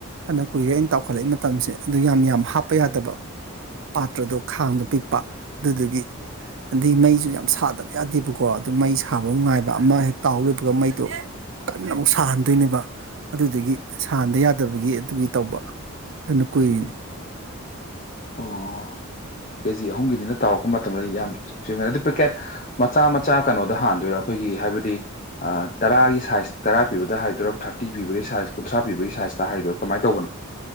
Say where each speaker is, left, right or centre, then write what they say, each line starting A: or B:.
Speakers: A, on the right; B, on the left.
A: ꯐꯅ ꯀꯨꯏꯔꯦ ꯑꯩꯅ ꯇꯥꯎꯈꯠꯂꯛꯏ ꯃꯇꯝꯁꯦ ꯑꯗꯨ ꯌꯥꯝ ꯌꯥꯝ ꯍꯥꯞꯄ ꯌꯥꯗꯕ ꯄꯥꯇ꯭ꯔꯗꯣ ꯈꯥꯡꯗꯣ ꯄꯤꯛꯄ ꯑꯗꯨꯗꯨꯒꯤ ꯑꯗꯩꯩ ꯃꯩꯁꯨ ꯌꯥꯝ ꯁꯥꯗꯕ ꯌꯥꯗꯦꯕꯀꯣ ꯑꯗꯨ ꯃꯩ ꯁꯥꯕ ꯉꯥꯏꯕ ꯑꯃ ꯍꯦꯛ ꯇꯥꯍꯧꯔꯦ ꯑꯗꯨꯒ ꯃꯩꯗꯣ ꯀꯟꯅ ꯑꯃꯨꯛ ꯁꯥꯍꯟꯗꯣꯏꯅꯦꯕ ꯑꯗꯨꯗꯒꯤ ꯁꯥꯍꯟꯗ ꯌꯥꯗꯕꯒꯤ ꯑꯗꯨꯒꯤ ꯇꯧꯕ ꯑꯗꯨꯅ ꯀꯨꯏꯔꯤꯅꯤ
B: ꯎꯝ ꯑꯣ ꯀꯦꯖꯤ ꯑꯍꯨꯝꯒꯤꯅꯤꯅ ꯇꯥꯎꯔꯛꯄ ꯃꯇꯝꯗꯗꯤ ꯌꯥꯝ <unintelligible> ꯄꯦꯛꯀꯦꯠ ꯃꯆꯥ ꯃꯆꯥ ꯀꯩꯅꯣꯗ ꯍꯥꯟꯗꯣꯏꯔꯥ ꯑꯩꯈꯣꯏꯒꯤ ꯍꯥꯏꯕꯗꯤ ꯑꯥ ꯇꯔꯥꯒꯤ ꯁꯥꯏꯖ ꯇꯔꯥ ꯄꯤꯕꯗ ꯍꯥꯏꯗꯣꯏꯔꯥ ꯊꯥꯔꯇꯤ ꯄꯤꯕꯒꯤ ꯁꯥꯏꯖ ꯀꯨꯟꯊ꯭ꯔꯥ ꯄꯤꯕꯒꯤ ꯁꯥꯏꯖꯇ ꯍꯥꯏꯗꯣꯏꯔꯥ ꯀꯃꯥꯏꯅ ꯇꯧꯕꯅꯣ